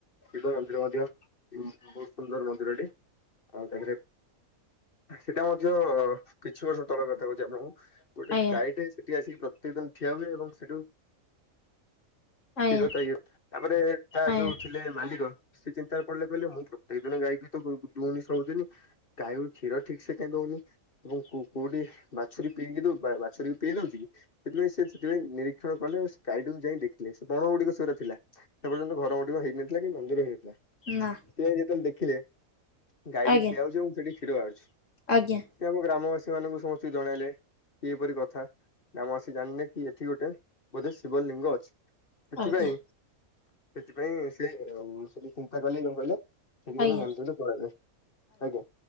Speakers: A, on the left; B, on the left.
A: ଶିବ ମନ୍ଦିର ମଧ୍ୟ ବହୁତ୍ ସୁନ୍ଦର ମନ୍ଦିରଟେ। ଆଉ ତା ପରେ ସେଟା ମଧ୍ୟ କିଛି ବର୍ଷ ତଳର କଥା କହୁଚି ଆପଣଙ୍କୁ। ଗୋଟେ
B: ଆଜ୍ଞା
A: ଗାଈଟେ ସେଠି ଆସିକି ପ୍ରତ୍ୟେକ ଦିନ ଠିଆ ହୁଏ ଏବଂ ସେଠୁ
B: ଆଜ୍ଞା
A: କ୍ଷୀର ତା ଇଏ ରୁ ତାପରେ ତା ଯୋଉ
B: ଆଜ୍ଞା
A: ଥିଲେ ମାଲିକ ସେ ଚିନ୍ତାରେ ପଡିଲେ କହିଲେ ମୁଁ ପ୍ରତ୍ୟେକ ଦିନ ଗାଈକି ତ ଦୁହୁଁନି ସବୁଦିନି ଗାଇ ଗୋରୁ କ୍ଷୀର ଠିକ୍ ସେ କାଇଁ ଦଉନି। ଏବଂ କୋ କୋଉଠି ବାଛୁରୀ ପିଇକି ଦଉ ବା ବାଛୁରୀ କୁ ପେଇ ଦଉଛି। ସେଥିପାଇଁ ସେ ସେଥିପାଇଁ ନିରୀକ୍ଷଣ କଲେ ଆଉ ସେ ଗାଈଟିକୁ ଯାଇ ଦେଖି। ଲେ ସେ ବଣ ଗୁଡିକ ସେଗୁରା ଥିଲା ସେ ପର୍ଯ୍ୟନ୍ତ ଘର ଗୁଡିକ ହେଇ ନଥିଲା କି ମନ୍ଦିର ହେଇ ନଥିଲା।
B: ନା।
A: ସିଏ ଯାଇଁ ଯେତେ ବେଳେ ଦେଖିଲେ ଗାଈଟି
B: ଆଜ୍ଞା
A: ଠିଆ ହଉଚି ଏବଂ ସେଠି କ୍ଷୀର ବାହାରୁଛି।
B: ଆଜ୍ଞା।
A: ସିଏ ଆମ ଗ୍ରାମବାସୀ ମାନଙ୍କୁ ସମସ୍ତିକି ଜଣାଇଲେ। କି ଏପରି କଥା ଗ୍ରାମବାସି ଜାଣି ଲେ କି ଏଠି ଗୋଟେ ବୋଧେ ଶିବ ଲିଙ୍ଗ ଅଛି। ସେଥିପାଇଁ
B: ଆଜ୍ଞା
A: ସେଥିପାଇଁ ସେ ଉଁ ସେଟୁ ଚିନ୍ତା କଲେ କଣ କଇଲ। ସେଠି
B: ଆଜ୍ଞା
A: ଗୋଟେ ମନ୍ଦିର ତୋଳା ଯାଉ ଆଜ୍ଞା